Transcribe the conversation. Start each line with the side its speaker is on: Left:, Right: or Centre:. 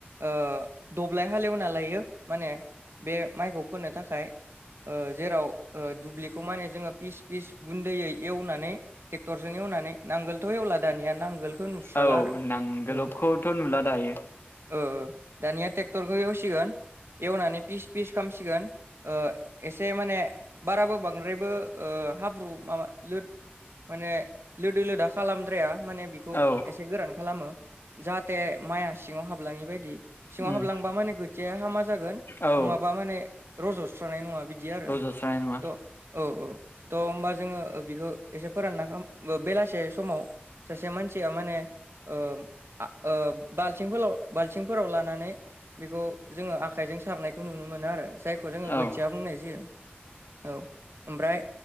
Right: ओ दब्लाय हालेवना लायो माने बे माइखौ फोनो थाखाय। ओ जेराव ओ दुब्लिखौ माने जोङो फिस फिस गुन्दैयै एवनानै टेक्टरजों एवनानै नांगोलथ' एवला दानिया नांगोलखौ नुस्राला
Left: औ
Right: आरो
Left: नांगोलखौथ'
Right: औ।
Left: नुला दायो
Right: ओ ओ दानिया ट्रेक्टरखौ एवसिगोन एवनानै पिस फिस खालामामसिगोन ओ एसे माने बाराबो बांद्रायबो ओ हाब्रु माबा लो माने लोदो लोदा खालामद्राया माने खौ
Left: औ
Right: एसे गोरान खालामो जाहाथे माइआ सिङाव हाबलाङि बायदि सिङाव
Left: उम
Right: हाबलांबा माने खोथिया हामा जागोन
Left: औ
Right: नङाबा माने रज'स्रानाय नङा बिदि बिदि आरो
Left: रज'स्रानाय नङा
Right: थ' औ औ थ' होमबा जोङो बिखौ एसे फोरानना खाम गो बेलासे समाव सासे मानसिया माने ओ आ ओ बालथिंफोराव-बालथिंफोराव लानानै बेखौ जोङो आखायजों सारनायखौ नुनो मोनो आरो जाय खौ जोङो
Left: औ
Right: गोथिय बुंनाय जायो औ। ओमफ्राय